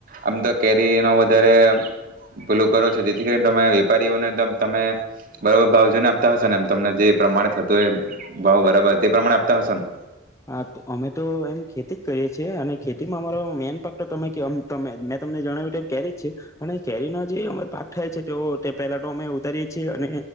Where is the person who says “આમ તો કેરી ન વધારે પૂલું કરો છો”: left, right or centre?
Right